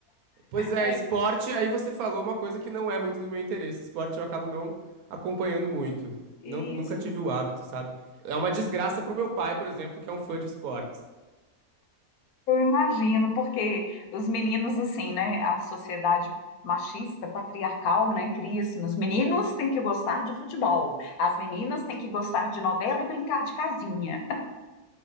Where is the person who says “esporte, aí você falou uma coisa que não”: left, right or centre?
Right